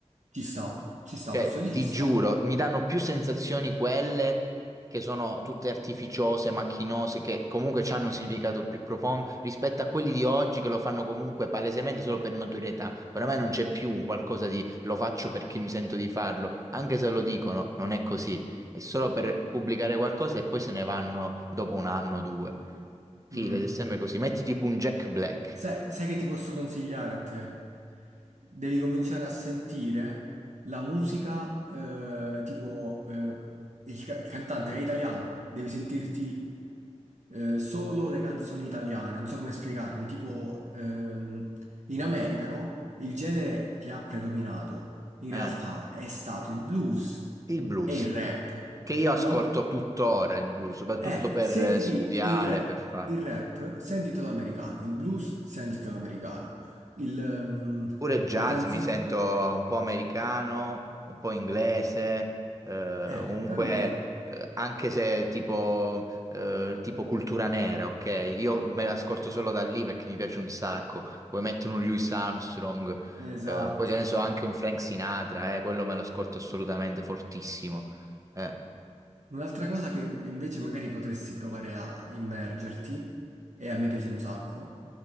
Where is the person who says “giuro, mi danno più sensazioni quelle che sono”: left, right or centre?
Right